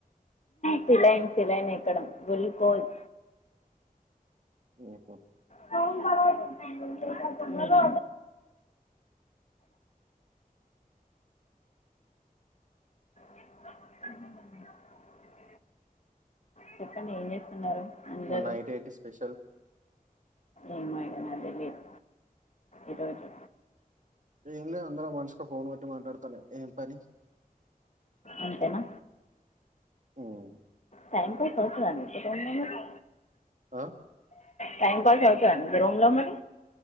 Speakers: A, on the left; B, on the right.
A: సేలైన్ సేలైన్ ఎక్కడం గ్లూల్కోజ్
B: ఉహు
A: ఫోన్ పాలగ్గొట్టద్ధండి అ చెప్పండి ఏం చేస్తున్నారు అందరూ
B: మరి నైట్ ఏంటి స్పెషల్
A: ఏం మేడం నాకు తెలీదు ఈరోజు
B: ఏం లే అందరు మనిషికో ఫోన్ బట్టి మాట్లాడతనే ఏం పని
A: అంతేనా
B: మ్
A: టైం పాస్ అవుతద మీకు రూమ్ లో మరి
B: ఆ!
A: టైం పాస్ అవుతద అండి మీ రూమ్ లో మరి